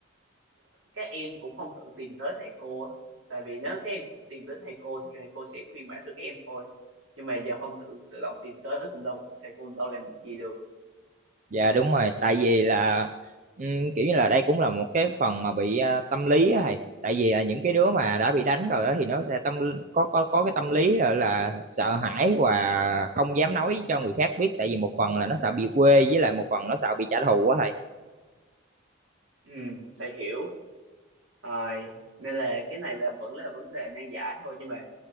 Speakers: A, on the right; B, on the right.
A: các em cũng không tự tìm tới thầy cô á tại vì nếu các em tìm tới thầy cô thì thầy cô sẽ khuyên bảo cho các em thôi nhưng mà giờ không tự tự động tìm tới cũng đâu thầy cô đâu làm được gì được
B: Dạ đúng rồi, tại vì là ừm, kiểu như là đây cũng là một cái phần mà bị à, tâm lý á thầy. Tại vì là những cái đứa mà đã bị đánh rồi á thì nó sẽ tâm có có có cái tâm lý là, là sợ hãi và không dám nói cho người khác biết tại vì một phần là nó sợ bị quê với lại một phần nó sợ bị trả thù á thầy.
A: ừ thầy hiểu rồi nên là cái này là vẫn là vấn đề nan giải thôi nhưng mà